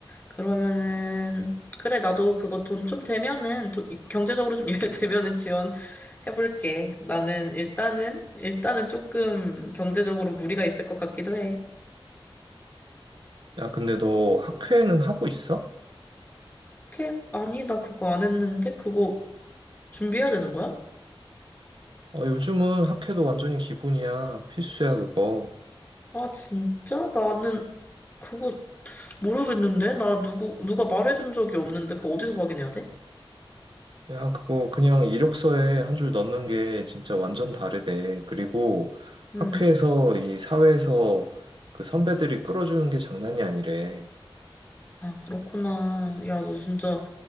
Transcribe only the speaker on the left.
그러면은 그래, 나도 그거 돈 좀 되면은 돈- 경제적으로 좀 <laughs> 여유되면은 지원해 볼게. 나는 일단은 일단은 조금 경제적으로 무리가 있을 것 같기도 해.
오 아니, 나 그거 안 했는데 그거 준비해야 되는 거야?
아, 진짜? 나는 그거 모르겠는데? 나 누구, 누가 말해준 적이 없는데 그거 어디서 확인해야 돼?
음.
아, 그렇구나. 야, 너 진짜,